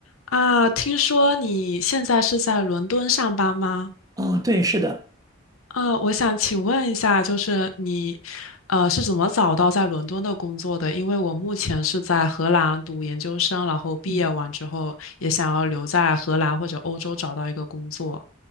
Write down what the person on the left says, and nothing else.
啊，听说你现在是在伦敦上班吗？
啊，我想请问一下，就是你，呃，是怎么找到在伦敦的工作的？因为我目前是在荷兰读研究生，然后毕业完之后也想要留在荷兰或者欧洲找到一个工作。